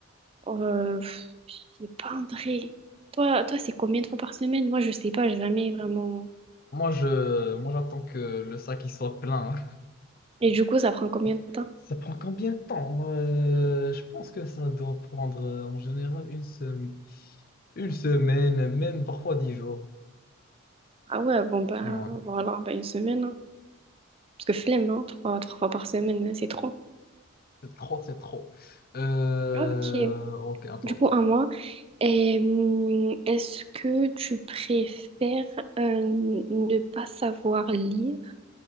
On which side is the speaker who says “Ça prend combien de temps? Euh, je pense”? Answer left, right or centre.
Left